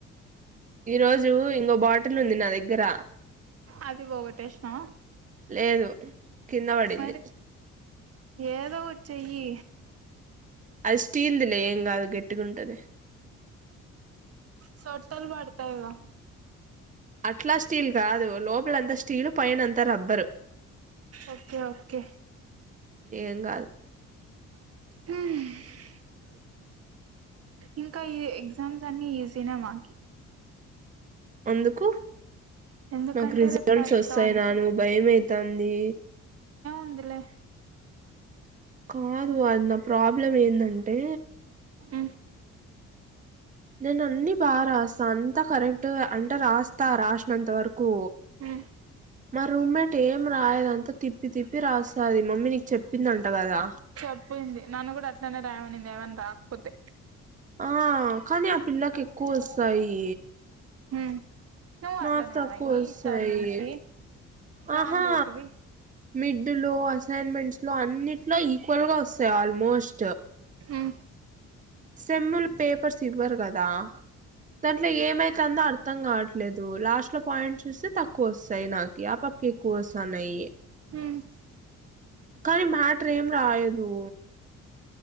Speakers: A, on the right; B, on the right.
A: ఈ రోజు ఇంకో బాటిల్ ఉంది నా దగ్గర
B: అది పోగొట్టేస్నవ
A: లేదు కింద పడింది
B: మరి ఏదో ఒకటి చెయ్యి
A: అది స్టీల్దిలే ఏం కాదు గట్టిగా ఉంటది
B: సోట్టలు వాడతాయ్ గ
A: అట్లా స్టీల్ కాదు లోపలంతా స్టీల్ పైన అంతా రబ్బరు
B: ఓకే ఓకే
A: ఏం కాదు
B: ఉమ్ ఇంకా ఈ ఎగ్జామ్స్ అన్ని ఈజీనే మాకి
A: ఎందుకు
B: ఎందుకంటే
A: నాకు రిజల్ట్స్
B: రేపు పైతాను
A: వస్తాయి నా ను భయమయితుంది
B: ఉందిలే
A: కాదు అద్ నా ప్రాబ్లం ఏందంటే
B: ఉమ్
A: నేను అన్ని బాగా రాస్తా అంత కరెక్ అంటే రాస్తా రాసినంత వరకు
B: ఉమ్
A: మా రూమ్మేట్ ఏం రాయదంతా తిప్పి తిప్పి రాసది మమ్మీ నీకు చెప్పిందింట కదా
B: చెప్పింది నన్ను కూడా అట్లనే రాయ మనింది ఏమన్నా రాకపోతే
A: ఆ కానీ ఆ పిల్లకి ఎక్కువ వస్తాయి
B: ఉమ్ నువ్వు
A: నాకు
B: అట్లనే
A: తక్కువ
B: రాయి
A: వస్తాయి
B: ఈసారి నుంచి
A: ఆహా
B: రాండేటివి
A: మిడ్ లో అసైన్మెంట్స్ లో అన్నిట్లో ఈక్వల్ గా వస్తాయి ఆల్మోస్ట్
B: ఉమ్
A: సెమ్ములు పేపర్స్ ఇవ్వరు కదా దాంట్లో ఏమైతుందో అర్ అర్థం కావట్లేదు లాస్ట్ లో పాయింట్ చూస్తే తక్కువ వస్తాయి నాకి ఆపప్కి ఎక్కువ వస్తున్నాయి
B: ఉమ్
A: కానీ మ్యాటర్ ఏం రాయదు